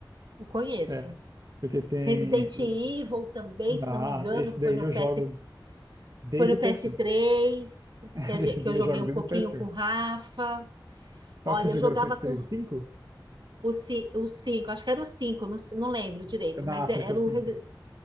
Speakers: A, on the right (about 70°); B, on the right (about 50°).
A: eu conheço.
B: é, porque tem.
A: Resident Evil também, se
B: Ah,
A: não me engano,
B: esse daí
A: foi no
B: eu
A: PS,
B: jogo desde
A: foi no
B: o
A: PS3
B: PS1. <laughs>
A: que, a gen-
B: Esse
A: que
B: daí
A: eu joguei
B: eu jogo
A: um
B: desde
A: pouquinho
B: o PS1.
A: com o Rafa. Olha,
B: Qual que você
A: eu
B: jogou
A: jogava
B: no PS3?
A: com
B: O 5?
A: o, ci- o 5, acho que era o 5. não, se- não lembro direito, mas
B: Na África,
A: é- era
B: o
A: o,
B: 5.
A: Resi-